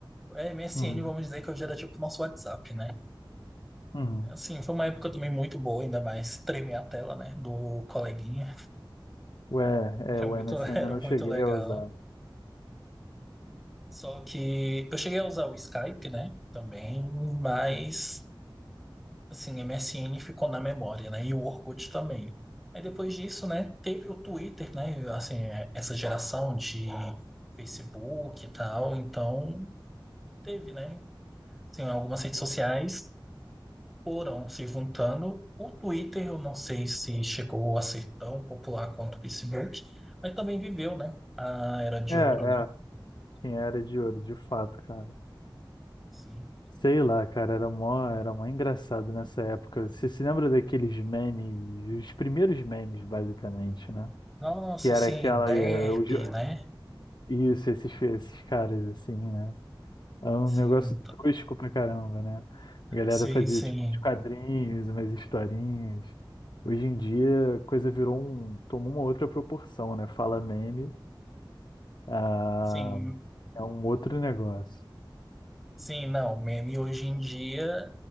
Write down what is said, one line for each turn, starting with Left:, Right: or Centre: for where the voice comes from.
Centre: É, MSN,
Left: Uhum,
Centre: vamos dizer que hoje era tipo nosso WhatsApp, né?
Left: uhum.
Centre: Assim, foi uma época também muito boa, ainda mais tremer a tela, né, do coleguinha.
Left: Ué, é,
Centre: Era
Left: o
Centre: muito,
Left: MSN
Centre: <laughs> era
Left: eu não
Centre: muito
Left: cheguei
Centre: legal.
Left: a usar.
Centre: Só que eu cheguei a usar o Skype, né, também, mas
Left: Sim.
Centre: assim, MSN ficou na memória, né? E o Orkut também. Aí depois disso, né, teve o Twitter, né? Assim, é, essa geração de Facebook e tal, então teve, né? Assim, algumas redes sociais foram se juntando. O Twitter, eu não sei se chegou a ser tão popular quanto o Facebook, mas também viveu, né? A era de
Left: É, é,
Centre: ouro, né?
Left: tinha era de ouro, de fato, cara.
Centre: Sim.
Left: Sei lá, cara, era mó, era mó engraçado nessa época. Você se lembra daqueles memes, os primeiros memes, basicamente, né?
Centre: Nossa,
Left: Que era
Centre: assim,
Left: aquela.
Centre: Derp,
Left: é, o jo-
Centre: né?
Left: Isso, esses, esses caras, assim, né? É um
Centre: Sim,
Left: negócio
Centre: t-
Left: tosco pra caramba, né? A galera
Centre: sim,
Left: fazia
Centre: sim.
Left: tipo uns quadrinhos, umas historinhas. Hoje em dia a coisa virou um. tomou uma outra proporção, né? Fala meme. Ah,
Centre: Sim,
Left: é um outro negócio.
Centre: Sim, não, meme hoje em dia,